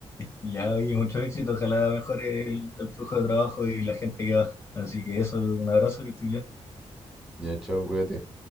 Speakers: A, on the left; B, in the centre.
A: Ya, oye, mucho éxito. Ojalá mejore el, el flujo de trabajo y la gente que va. Así que eso, un abrazo, que estés bien.
B: Ya, chao, cuídate.